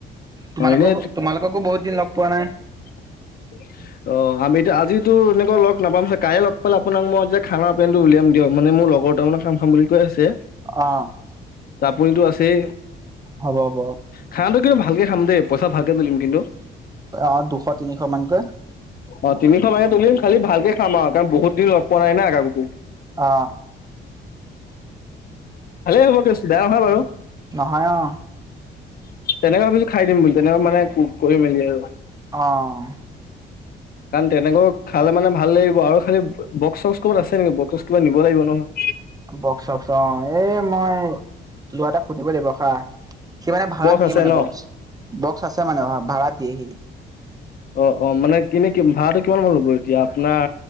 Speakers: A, on the right; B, on the left.
A: তোমালোকহু
B: অ এনে
A: তোমালোককো বহুত দিন ল'গ পোৱা নাই।
B: <inaudible> অ' আমি এতিয়া আজিতো এনেকৈ ল'গ নাপাম চাগে, কাইলে ল'গ পালে আপোনাক মই যে খানা পেনটো উলিয়াম দিয়ক মানে মোৰ লগৰ দুটামানে খাম খাম বুলি কৈ আছে।
A: অ।
B: আপুনিতো আছেই।
A: হ'ব, হ'ব।
B: খানাটো কিন্তু ভালকে খাম দেই পইচা ভালকে টুলিম কিন্তু।
A: অ দুশ তিনিশ মানতকৈ।
B: অ তিনিশ মানে তুলিম খালি ভালকে খাম আৰু কাৰণ বহুত দিন লগ পোৱা নাই না কাকো।
A: অ।
B: ভালেই হ'ব কেছ বেয়া নহয় বাৰু।
A: নহয় অ।
B: তেনেকুৱা ভাবিছো খাই দিম বুলি তেনেকুৱা মানে কৰি মেলি আৰু।
A: অঁ।
B: কাৰণ তেনেকৈ খালে মানে ভাল লাগিব আৰু খালী বক্স চক্স ক'বাত আছে নেকি বক্স চক্স কিবা নিব লাগিব নহয়।
A: বক্স চক্স অ এই মই ল'ৰা এটাক সুধিব লাগিব ৰখা। সি মানে ভাড়াত
B: বক্স
A: দিয়ে
B: আছে
A: মানে
B: ন
A: বক্স। বক্স আছে মানে ভাড়াত দিয়ে সি।
B: অ অ মানে কিনে ভাড়াটো কিমান মান ল'ব এতিয়া আপোনাৰ